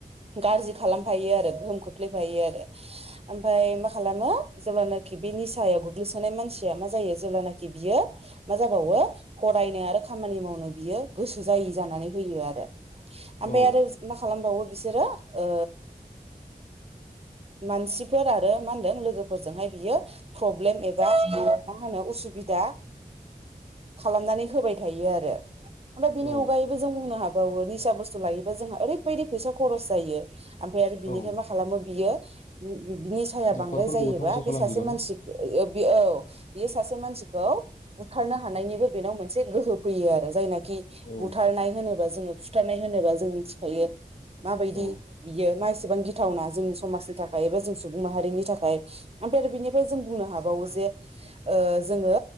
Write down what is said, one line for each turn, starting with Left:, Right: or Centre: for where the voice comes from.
Right: गाज्रि खालामफायो आरो गोहोम खोख्लैफायो आरो ओमफाय मा खालामो जेब्लानाखि बे नि सायाव गोग्लैसोनाय मानसिया मा जायो जेब्लानाखि बियो मा जाबावो फरायनो आरो खामानि मावनो बियो गोसो जायि जानानै होयो आरो। ओमफाय
Left: औ
Right: आरो मा खालामबावो बिसोरो ओ मानसिफोर आरो मा होनदों लोगोफोरजोंहाय बियो प्रब्लेम एबा मा होनो उसुबिदा खालामनानै होबाय थायो आरो। ओमफाय बिनि
Left: औ
Right: अनगायैबो जों बुंनो हा बावो निसा बुस्थु लायोबा जोंहा ओरैबायदि फैसा खरस जायो ओमफ्राय आरो बिनिफाय
Left: औ
Right: मा खालामो बियो बि बिनिसाया
Left: न'खरफोरखौबो
Right: बांद्राय जायोबा
Left: धंस'
Right: बे
Left: खालामजोबो
Right: सासे मानसिख
Left: न'
Right: ओ ओ औ बेस सासे मानसिखौ बुथारनो हानायनि बोद बेनाव मोनसे गोहो फैयो आरो जायनाख खि
Left: औ
Right: बुथारनाय होनोबा जोंङो फि थारनाय होनोबा जों मिथिखायो। माबायदि
Left: औ
Right: बियो मास सेबां गिथावना जोंनि समाजनि थाखाय एबा जों सुबुं माहारिनि थाखाय ओमफाय आरो बिनिफाय जों बुंनो हाबावो जे ओे जोंङो